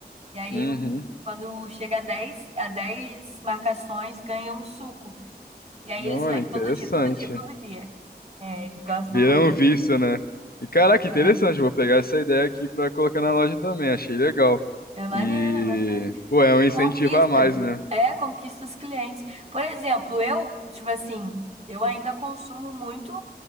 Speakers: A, on the right (about 40°); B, on the left (about 65°).
A: E aí,
B: Uhum.
A: o- quando chega a 10, a 10 marcações, ganha um suco. E aí eles
B: Olha,
A: vêm
B: interessante.
A: todo dia, todo dia, todo dia. É, eles gostam
B: Vira
A: muito.
B: um vício, né? E caraca,
A: É,
B: interessante. Vou pegar essa ideia aqui pra colocar na loja também. Achei legal.
A: é maneiro,
B: E,
A: é maneiro.
B: pô, é um incentivo
A: Conquista,
B: a mais, né?
A: é, conquista os clientes. Por exemplo, eu, tipo assim, eu ainda consumo muito